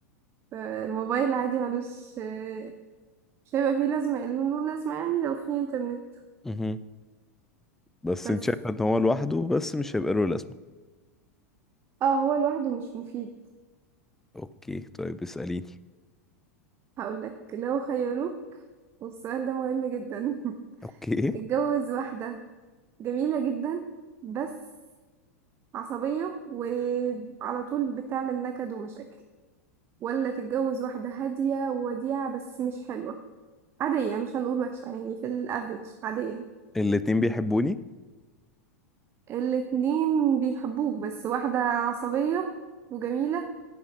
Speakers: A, on the right (about 30°); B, in the centre.
A: فالموبايل عادي ملوش آه، مش هيبقى فيه لازمة له لازمة يعني لو فيه انترنت
B: مهم. بس
A: بس
B: انت شايفه ان هو لوحده بس مش هيبقى له لازمه
A: اه هو لوحده مش مفيد
B: اوكي طيب اساليني
A: هقولك لو خيروك والسؤال ده مهم جدا <laughs>
B: اوكي
A: تتجوز واحدة جميلة جدا بس عصبية وعلى طول بتعمل نكد ومشاكل ولا تتجوز واحدة هادية ووديعة بس مش حلوة عادية مش هنقول وحشة يعني في الافريج عادية
B: الاتنين بيحبوني
A: الاتنين بيحبوك بس واحدة عصبية وجميلة